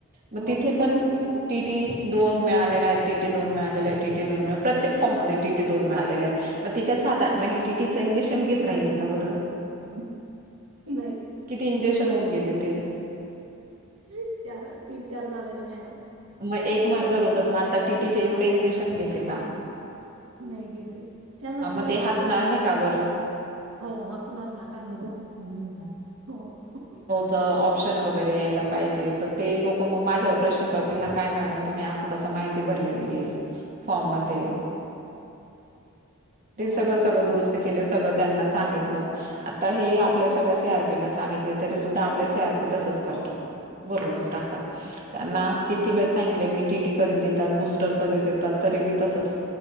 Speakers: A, on the right (about 40°); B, on the right (about 75°).
A: मग
B: हो.
A: तिथे पण टीटी दोन मिळालेलाय, टीटी दोन मिळालेलाय, टीटी दोन मिळालेलाय प्रत्येक फॉर्म मध्ये टीटी दोन मिळालेलाय. मग ती काय सात, आठ महिने टीटीचं इंजेक्शन घेत राहिल का बरं?
B: <inaudible> नाही
A: किती इंजेक्शन होऊन गेले ते?
B: <inaudible> चार अ तीन, चार झाले ना मॅडम.
A: मग एक मग गरोदरमाता टीटीचे एवढे इंजेक्शन घेते का?
B: नाही घेतेत त्यांना
A: हा मग
B: तर माहितच
A: ते हसणार
B: हाय ना मॅडम.
A: नाही का बरं
B: हो, हसणार ना का नाही <unintelligible> का हो <inaudible>
A: त, ऑप्शन वगैरे यायला पाहिजे तर ते लोक मग माझ्यावर प्रश्न कर ती ना काय मॅडम तुम्ही अस कस माहिती भरलेली फॉममध्ये.
B: हो.
A: ते सगळं सगळं दुरुस्त केलं सगळं त्यांना सांगितलं आता हे आपल्या सगळ्या सी आर पी ना सांगितले तरी सुद्धा आपल्या सी आर पी तसंच करतात. वरूनच टाकतात. त्यांना किती वेळ सांगितले मी टी टी कधी देतात बूस्टर कधी देतात तरी बी तसंच.